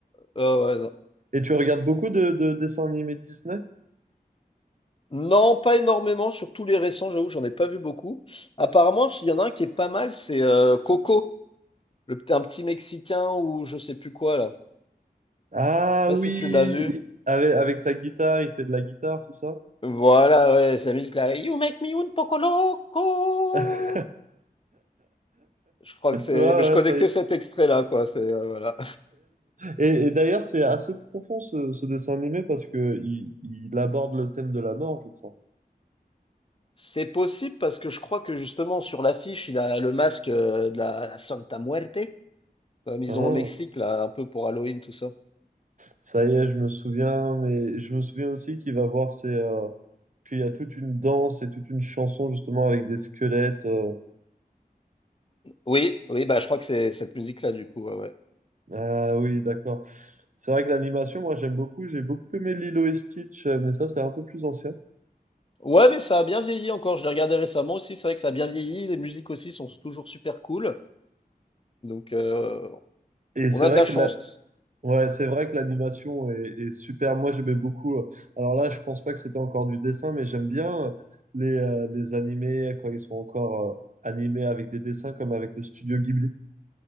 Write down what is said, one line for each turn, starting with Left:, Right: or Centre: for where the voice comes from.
Left: ouais, ouais, non.
Right: Et tu regardes beaucoup de, de dessins animés de Disney?
Left: Non, pas énormément, sur tous les récents, j'avoue, j'en ai pas vu beaucoup. Apparemment, il y en a un qui est pas mal, c'est euh, Coco, le, p- un petit Mexicain ou je sais plus quoi là. Je sais
Right: Ah
Left: pas
Right: oui,
Left: si tu l'as vu.
Right: il- avec, avec sa guitare, il fait de la guitare, tout ça.
Left: Voilà, ouais, c'est la musique là. You make me un poco loco.
Right: <laughs> C'est
Left: Je crois que c'est.
Right: vrai,
Left: mais Je connais
Right: ouais, ça
Left: que
Right: y est.
Left: cet extrait là, quoi. C'est euh, voilà.
Right: Et, et d'ailleurs, c'est assez profond ce, ce dessin animé parce que il, il aborde le thème de la mort, je crois.
Left: C'est possible parce que je crois que justement sur l'affiche, il a le masque euh, de la Santa Muerte, comme ils
Right: Hein,
Left: ont au Mexique, là, un peu pour Halloween, tout ça.
Right: ça y est, je me souviens, mais je me souviens aussi qu'il va voir ses, euh, qu'il y a toute une danse et toute une chanson justement avec des squelettes. euh.
Left: Oui, oui, bah je crois que c'est cette musique-là, du coup, ouais, ouais.
Right: Ah oui, d'accord. C'est vrai que l'animation, moi, j'aime beaucoup. J'ai beaucoup aimé Lilo et Stitch, euh, mais ça, c'est un peu plus ancien.
Left: Ouais, mais ça a bien vieilli encore. Je l'ai regardé récemment aussi. C'est vrai que ça a bien vieilli. Les musiques aussi sont toujours super cool. Donc, euh,
Right: Et
Left: on
Right: c'est
Left: a
Right: vrai
Left: de la
Right: que
Left: chance.
Right: là, Ouais, c'est vrai que l'animation est, est super. Moi, j'aimais beaucoup. euh, Alors là, je pense pas que c'était encore du dessin, mais j'aime bien euh, les, euh, les animés quand ils sont encore euh, animés avec des dessins, comme avec le studio Ghibli.